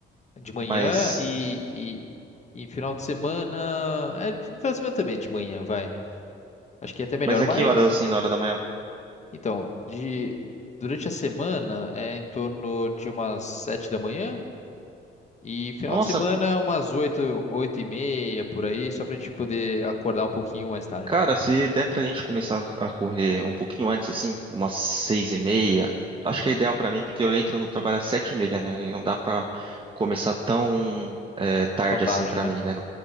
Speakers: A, on the left (about 35°); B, on the right (about 25°).
A: de manhã
B: mas.
A: e, e, e final de semana, é, de- final de semana também de manhã, vai. Acho que é até melhor,
B: Mas a
A: mas
B: que horas, assim, na hora da manhã?
A: então, de durante a semana é em torno de umas sete da manhã. E final
B: Nossa,
A: de semana,
B: p-
A: umas oito, oito e meia, por aí, só pra gente poder acordar um pouquinho mais tarde.
B: cara, se der pra gente começar a correr um pouquinho antes, assim, umas seis e meia, acho
A: Uhum.
B: que é ideal pra mim, porque eu entro no trabalho às sete e meia, né? E não dá pra começar tão é, tarde
A: Tão tarde,
B: assim pra
A: né?
B: mim, né?